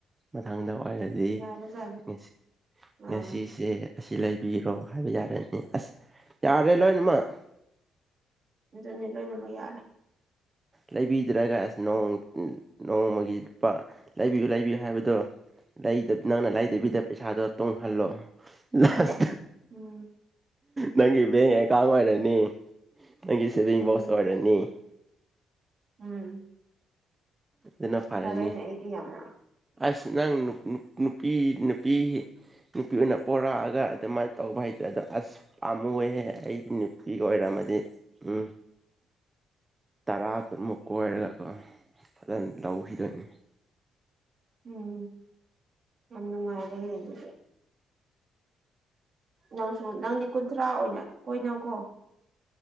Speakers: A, on the right; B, on the right.
A: ꯃꯊꯪꯗ ꯑꯣꯏꯔꯗꯤ
B: ꯌꯥꯕꯖꯥꯠꯅꯤ
A: ꯉꯁꯤ
B: ꯑꯥ
A: ꯉꯁꯤꯁꯦ ꯑꯁꯤ ꯂꯩꯕꯤꯔꯣ ꯍꯥꯏꯕ ꯌꯥꯔꯅꯤ ꯑꯁ ꯌꯥꯔꯦ ꯂꯣꯏꯅꯃꯛ
B: ꯑꯗꯨꯅꯦ ꯂꯣꯏꯅꯃꯛ ꯌꯥꯔꯦ
A: ꯂꯩꯕꯤꯗ꯭ꯔꯒ ꯑꯁ ꯅꯣꯡ ꯅꯣꯡꯃꯒꯤ ꯂꯨꯄ ꯂꯩꯕꯤꯌꯨ ꯂꯩꯕꯤꯌꯨ ꯍꯥꯏꯕꯗꯣ ꯂꯩꯗ ꯅꯪꯅ ꯂꯩꯗꯕꯤꯗ
B: ꯎꯝ
A: ꯄꯩꯁꯥꯗꯣ ꯇꯣꯡꯍꯜꯂꯣ ꯅꯥꯁ
B: ꯎꯝ
A: ꯅꯪꯒꯤ ꯕꯦꯡ ꯑꯦꯀꯥꯎꯟ ꯑꯣꯏꯔꯅꯤ ꯅꯪꯒꯤ ꯁꯦꯚꯤꯡ
B: ꯎꯝ
A: ꯕꯣꯛꯁ ꯑꯣꯏꯔꯅꯤ
B: ꯎꯝ
A: ꯑꯗꯨꯅ ꯐꯔꯅꯤ
B: ꯐꯔꯦꯅꯦ ꯑꯩꯗꯤ ꯌꯥꯝꯅ
A: ꯑꯁ ꯅꯪ ꯅꯨ ꯅꯨ ꯅꯨꯄꯤ ꯅꯨꯄꯤ ꯅꯨꯄꯤ ꯑꯣꯏꯅ ꯄꯣꯔꯛꯑꯒ ꯑꯗꯨꯃꯥꯏ ꯇꯧꯕ ꯍꯥꯏꯇ꯭ꯔ ꯗ ꯑꯁ ꯄꯥꯝꯃꯨꯋꯦꯍꯦ ꯑꯩꯒꯤ ꯅꯨꯄꯤ ꯑꯣꯏꯔꯝꯃꯗꯤ ꯎꯝ
B: <inaudible>
A: ꯇꯔꯥ ꯀꯨꯟꯃꯨꯛ ꯀꯣꯏꯔꯒꯀꯣ ꯐꯖꯟ ꯂꯧꯈꯤꯗꯣꯏꯅꯤ
B: ꯎꯝ ꯌꯥꯝ ꯅꯨꯡꯉꯥꯏꯕꯅꯦ ꯑꯗꯨꯗꯤ ꯅꯪꯁꯨ ꯅꯪꯗꯤ ꯀꯨꯟꯊ꯭ꯔꯥ ꯑꯣꯏꯅ ꯀꯣꯏꯅꯧꯀꯣ